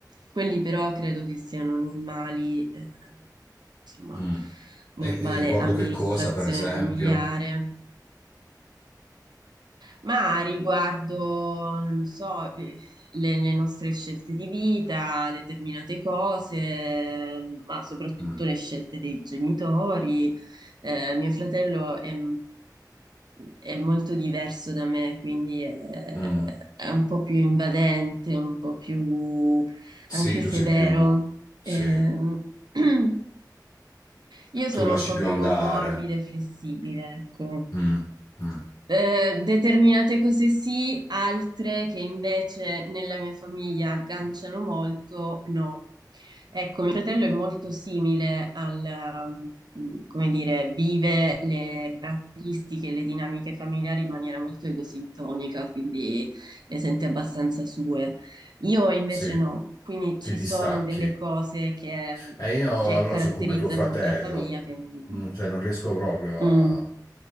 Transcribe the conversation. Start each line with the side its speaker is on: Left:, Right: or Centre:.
Right: quelli però credo che siano normali, ehm, insomma,
Left: mm.
Right: normale
Left: E, e riguardo
Right: amministrazione
Left: che cosa, per esempio?
Right: familiare, ma riguardo, non lo so, eh, le, le nostre scelte di vita, determinate cose, eh, ma soprattutto
Left: Mm,
Right: le scelte dei genitori. Eh, mio fratello è, è molto diverso da me, quindi è,
Left: mm.
Right: è un po' più invadente, un po' più
Left: Sì,
Right: anche
Left: tu
Right: severo.
Left: sei più... Sì,
Right: Ehm, <clears throat> io
Left: tu
Right: sono
Left: lasci
Right: un po'
Left: più
Right: più
Left: andare.
Right: morbida e flessibile, ecco.
Left: Mm, mm.
Right: Eh, determinate cose sì, altre che invece nella mia famiglia agganciano molto, no. Ecco, mio fratello è molto simile al, um, come dire, vive le caratteristiche e le dinamiche familiari in maniera molto egosintonica, quindi le sente abbastanza sue. Io invece
Left: Sì,
Right: no, quindi
Left: ti
Right: ci
Left: distacchi.
Right: sono delle cose che,
Left: E io
Right: che
Left: allora
Right: caratterizzano
Left: sono come tuo fratello,
Right: la famiglia che mi...
Left: non, cioè non riesco proprio
Right: Mm.
Left: a,